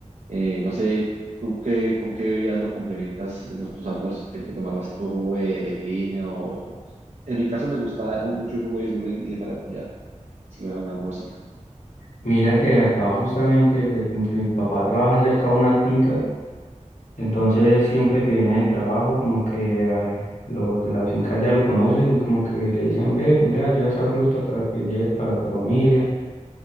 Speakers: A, on the right; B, on the left.
A: eh, no sé, tú qué, con qué bebidas lo complementas eh, los, tus almuerzos, que tienes que tomar vasito jugo de, de piña o... En mi caso me gusta ju- mucho el jugo de lula y de maracuyá, si me da un almuercito.
B: Mira que acá justamente, pues mi, mi papá trabaja cerca de unas fincas, entonces siempre que viene del trabajo, como que eh, los de las fincas ya lo conocen y como que le dicen, ve, mira, lleva esta fruta para que lleves para tu familia.